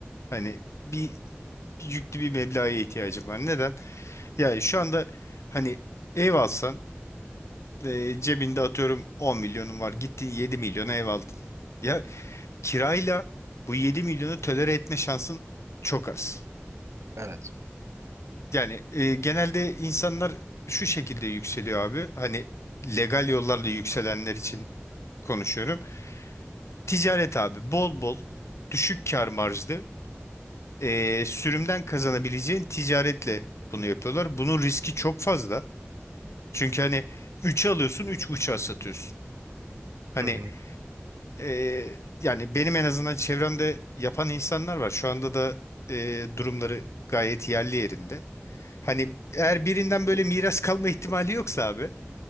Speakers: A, on the left; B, on the right.
A: Hani bir yüklü bir meblağa ihtiyacım var. Neden? Yani şu anda hani ev alsan e, cebinde atıyorum 10 milyonun var. Gittin 7 milyona ev aldın. Ya kirayla bu 7 milyonu tolere etme şansın çok az.
B: Evet.
A: Yani e, genelde insanlar şu şekilde yükseliyor abi. Hani legal yollarla yükselenler için konuşuyorum. Ticaret abi bol bol düşük kar marjlı e, sürümden kazanabileceğin ticaretle bunu yapıyorlar. Bunun riski çok fazla. Çünkü hani 3'e alıyorsun 3.5'a satıyorsun. Hani
B: Hı hı.
A: e, yani benim en azından çevremde yapan insanlar var. Şu anda da e, durumları gayet yerli yerinde. Hani eğer birinden böyle miras kalma ihtimali yoksa abi